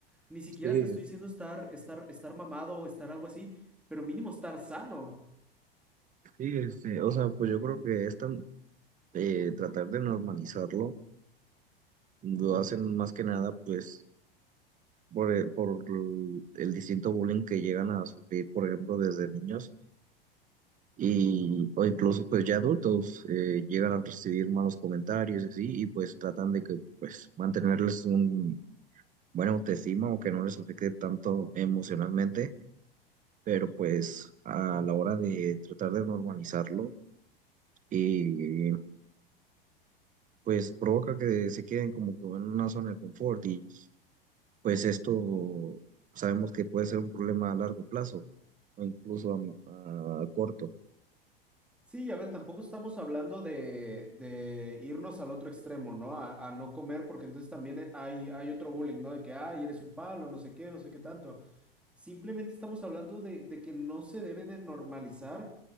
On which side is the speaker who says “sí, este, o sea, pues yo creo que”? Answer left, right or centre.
Right